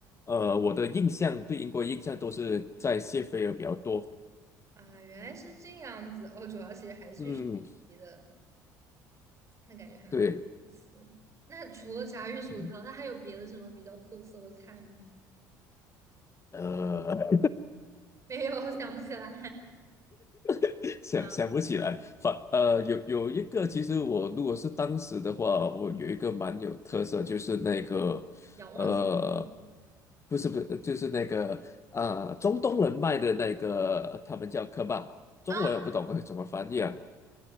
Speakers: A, on the left; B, on the right.
A: 呃，我的印象对英国印象都是在谢菲尔比较多。
B: 啊，原来是这样子哦，主要其实还是去学习的，
A: 嗯，
B: 那感觉还蛮有意思。
A: 对。
B: 那除了炸鱼薯条，
A: 嗯。
B: 那还有别的什么比较特色的菜吗？
A: 呃，
B: <laughs> 没有，想不起来。
A: <laughs> 想想不起来，
B: 啊，
A: 反呃有有一个，其实我如果是当时的话，我有一个蛮有特色，就是那个呃，
B: 仰望星空
A: 不是不是，就是那个啊、呃中东人卖的那个，他们叫科巴，中文我不懂怎么翻译啊，
B: 啊，